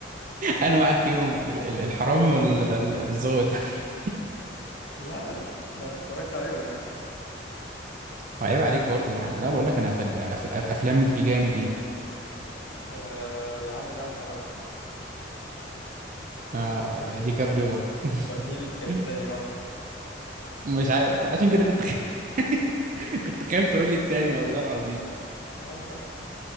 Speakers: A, on the right; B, on the left.
A: انا واحد فيهم ال- ال- الحرامي ولا ال- الظابط <laughs>
B: لا ده انت اتفرجت عليه ولا ايه
A: عيب عليك برضو يا عم لا بقول لك انا فل... أف- افلام جامد يعني
B: آه يا عم لا الحرام
A: آه دي كابريو برضو <laughs>
B: طب مين اللي كان التاني بقى
A: مش عارف عشان كده كنت خ... <laughs> كنت خايف تقول لي التاني والله العظيم
B: يا عم لا.